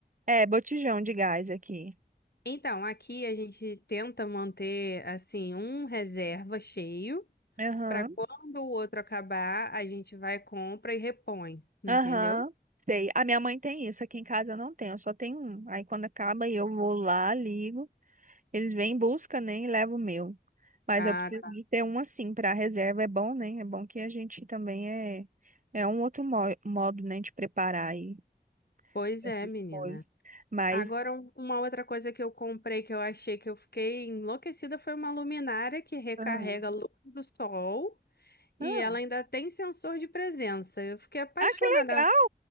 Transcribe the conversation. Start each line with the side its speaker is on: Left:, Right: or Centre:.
Right: É, botijão de gás aqui.
Left: Então, aqui a gente tenta manter assim um reserva cheio
Right: Aham.
Left: para quando o outro acabar, a gente vai, compra e repõe, entendeu?
Right: Aham, sei. A minha mãe tem isso, aqui em casa eu não tenho, eu só tenho um. Aí quando acaba eu vou lá, ligo, eles vêm em busca, né, e levam o meu. Mas
Left: Ah,
Right: eu preciso
Left: tá.
Right: de ter um assim para reserva, é bom, né? É bom que a gente também é é um outro mo- modo, né, de preparar aí
Left: Pois
Right: essas
Left: é, menina.
Right: coisas. Mas
Left: Agora, um- uma outra coisa que eu comprei que eu achei que eu fiquei enlouquecida foi uma luminária que recarrega
Right: ah,
Left: a luz do sol e
Right: ah,
Left: ela ainda tem sensor de presença. Eu fiquei apaixonada.
Right: ah, que legal!